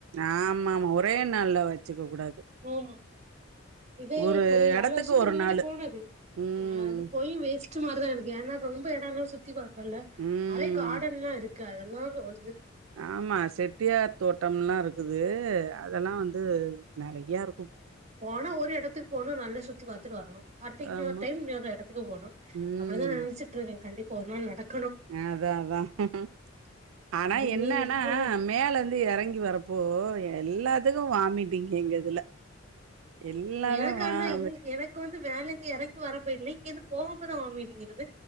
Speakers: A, on the right (about 85°); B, on the right (about 35°).
A: ஆமா ஆமா ஒரே நால வச்சுக்க கூடாது
B: ஆமா இதே
A: ஒரு
B: போய்
A: எடத்துக்கு
B: ஏழு வருஷத்துக்கு
A: ஒரு
B: முன்னாடி
A: நாளு
B: போனது
A: ம்
B: அது போய் வேஸ்ட்டு மாதி தான் இருக்கு ஏன்னா ரொம்ப னா சுத்தி பாத் இருக்கல்ல
A: ம்
B: மழ காடன் எல்லா இருக்கு க் அதெல்லா ஒ
A: ஆமா செட்டியார் தோட்டம் எல்லா இருக்குது அதெல்லா வந்து இது நெறைய இருக்கு
B: போனா ஒரு இடத்து போனும் நல்ல சுத்தி பாத்துட்டு வரணும் அடுத்து இன்னொரு
A: ஆமா
B: டைம் இன்னொரு இடத்து போனும்
A: ம்
B: அப்படிதான் நினைச்சிட்டு இருக்கேன் கண்டிப்பா போலும் நடக்
A: அதான் அதான் <inaudible> ஆனா
B: நீங்க
A: என்னன்னா
B: எங்க போவ
A: மேல இருந்து இறங்கி வரப்போ எல்லாத்துக்கும் வாமிட் டிங்க எங்க இதுல எல்லாமே
B: எனக்கு
A: வாமிட்
B: அண்ணா எனக்கு வந்து வேலந்து இறங்கி வர போயிடல இங்க இருந்து போக போதான் வாம்படிங்கிறது